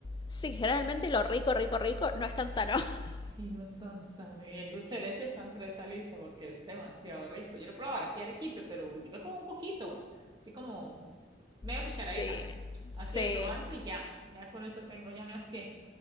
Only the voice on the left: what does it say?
Sí, generalmente lo rico, rico, rico no es tan sano. <laughs>
Sí,
sí.